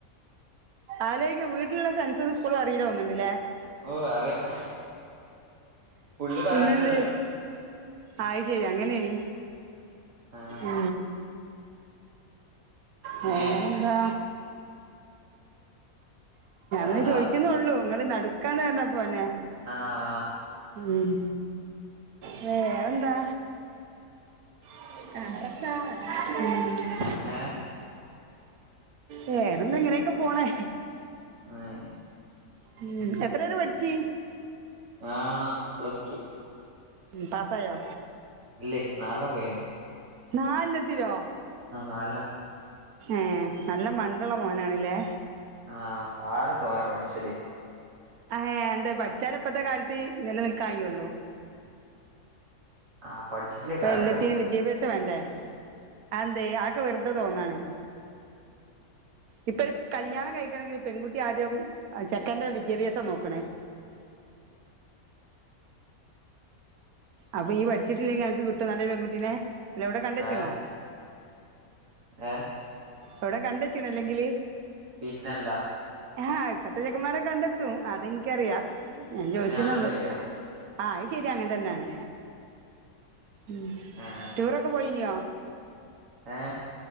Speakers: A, on the right (about 80°); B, on the right (about 65°).
A: ആലൊക്കെ വീട്ടിലുള്ള സ പ്പോലും അറിയല ഒന്നണ്ടല്ലേ
B: ഓ അറിയാ ഫുള്ള് പറയാൻ
A: പിന്നെന്ത
B: പറ്റൂലല്ലോ
A: ആായ് ശരി അങ്ങനെയണീ
B: ആഹ്
A: ഉ വേറെന്താ
B: ഏഹ് വേറെന്താ
A: ഞ ചോയിചന്ന ഉള്ളു നിങ്ങള്ൾ നടുക്കാന്ന് പറഞ്ഞപ്പോന്നെ
B: ആഹ്
A: ഉം വേറെന്താ ആ
B: <unintelligible>
A: വേറെന്താ എങ്ങനെയൊക്കെ പോണേ
B: ആഹ
A: ഉം എത്ര വരേ പഠിച്ച്
B: ആഹ് പ്ലസ് ടു
A: ഉം പാസായോ
B: ഇല്ലേ നാൽണം പോയേ
A: നാല്ന്നത്തിലോ
B: നാലിലാ
A: ഏഹ് നല്ല മണ്ട്ള്ള മോനാണല്ലേ
B: ആഹ് ആര് തോനെ പഠിച്ചല്
A: ആഹ് എന്താ പഠിച്ചാലെപ്പത്തെക്കാലത്ത് നിലനിൽക്കായുള്ളു
B: ആഹ് പഠിച്ചിട്ടില്ലേ
A: ഇപ്പൊ
B: കാര്യല്ലോ
A: എല്ലാത്തിനും വിദ്യാഭ്യാസം വേണ്ടേ ആന്തേയ് ആക്കെ വെറുതെ തോന്നാണ്
B: <inaudible>
A: ഇപ്പൊ ഒരു കല്യാണം കഴിക്കണെങ്കില് പെങ്കുട്ടി ആദ്യം ചെക്കൻന്റെ വിദ്യാഭ്യാസ്സാ നോക്കണേ
B: <inaudible>
A: അപ്പൊ ഈ പഠിച്ചിട്ടില്ലെങ്കി അനിക്ക് കിട്ടോ നല്ലൊരു പെങ്കുട്ടീനെ അല്ല എവിടെ കണ്ട്ച്ചീണോ
B: ഏഹ് ഏഹ്
A: എവിടെ കണ്ടച്ചീണ് അല്ലെങ്കില്
B: പിന്നല്ല
A: ആഹ് ഇപ്പത്തെ ചെക്കന്മാര് കണ്ടെത്തും അതിൻക്കറിയാ ഞാൻ
B: അങ്ങനെയാണല്ലോ
A: ചോയിച്ചെന്നേഒള്ളു
B: വരാ
A: ആ അയ് ശെരിയാ അങ്ങൻത്തന്നാണ് ഉം
B: ഏഹ്
A: ടൂറൊക്കെ പോയിനിയോ
B: ഏഹ്